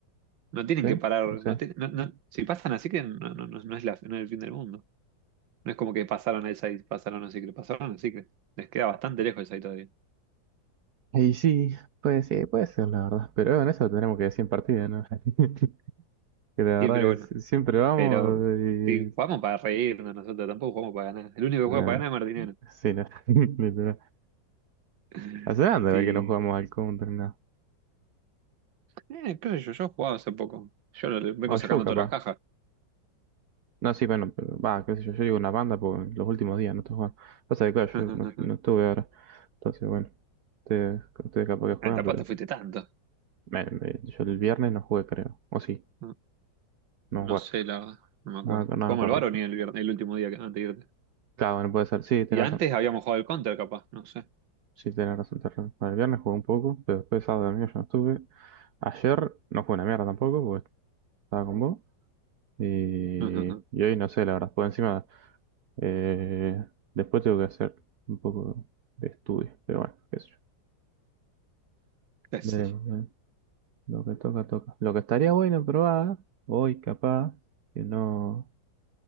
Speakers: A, on the right; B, on the right.
A: No tienen
B: ¿Sí?
A: que parar.
B: No sé.
A: No ti- no- no- si pasan a Secret, no, no, no, no es la, no es el fin del mundo. No es como que pasaron a esa y pasaron a Secret. Pasaron a Secret. Les queda bastante lejos esa todavía.
B: Y sí, puede ser, puede ser, la verdad. Pero en eso tenemos que decir en partida, ¿no? <laughs> Que la
A: Sí,
B: verdad
A: pero
B: es
A: bueno.
B: siempre vamos
A: Pero
B: y...
A: sí, jugamos para reírnos nosotros, tampoco jugamos para ganar. El único que
B: No,
A: juega para ganar es Martineno.
B: sí, no. <laughs> Literal.
A: <laughs>
B: Hace nada de
A: Sí.
B: ver que no jugamos al counter, nada.
A: Eh, qué sé yo, yo he jugado hace poco. Yo lo- le vengo
B: O
A: sacando
B: yo, capaz.
A: todas las cajas.
B: No, sí, bueno, pero va, qué sé yo, yo digo una banda porque los últimos días no estoy jugando. Pasa que, claro,
A: <laughs>
B: yo no, no estuve ahora. Entonces, bueno, ustedes, ustedes capaz que juegan,
A: Ah, Tampoco
B: pero
A: te
B: yo,
A: fuiste tanto.
B: me- me- yo el viernes no jugué, creo. O sí,
A: No,
B: no
A: no
B: jugar.
A: sé, la verdad, no me acuerdo.
B: No, me ac- no
A: Jugamos
B: me acuerdo.
A: al Baron y el, vier- el último día que, antes de irte.
B: Claro, bueno, puede ser. Sí, tenés
A: Y antes
B: razón.
A: habíamos jugado al Counter, capaz, no sé.
B: Sí, tenés razón, tenés razón. Bueno, el viernes jugué un poco, pero después sábado y domingo yo no estuve. Ayer no jugué una mierda tampoco, porque estaba con vos. Y,
A: <laughs>
B: y hoy no sé, la verdad. Por encima, eh, después tengo que hacer un poco de estudio, pero bueno, qué sé yo.
A: ¿Qué
B: Veremos.
A: sé yo?
B: Lo que toca, toca. Lo que estaría bueno probar hoy, capaz, que no,